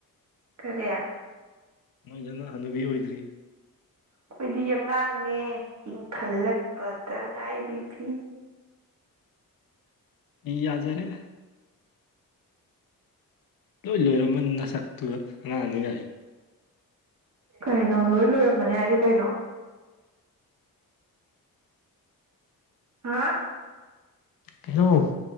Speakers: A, on the right; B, on the left.
A: ꯀꯔꯤ
B: ꯅꯣꯏꯗꯧꯅ ꯍꯅꯨꯕꯤ ꯑꯣꯏꯗ꯭ꯔꯤ
A: ꯈꯣꯏꯗꯤ ꯑꯉꯥꯡꯅꯦ ꯏꯪꯈꯠꯂꯛꯄ ꯇ ꯉꯥꯏꯔꯤ ꯄꯤ
B: ꯏ ꯌꯥꯖꯔꯦ ꯂꯣꯏ ꯂꯣꯏꯔꯝꯃꯅꯤ ꯅ ꯁꯛꯇꯨꯒ ꯑꯉꯥꯡꯅꯤꯒꯥꯏꯌꯦ
A: ꯀꯩꯅꯣ ꯂꯣꯏ ꯂꯣꯏꯔꯝꯃꯅꯤ ꯍꯥꯏꯗꯤ ꯀꯩꯅꯣ ꯍꯥ
B: ꯀꯩꯅꯣ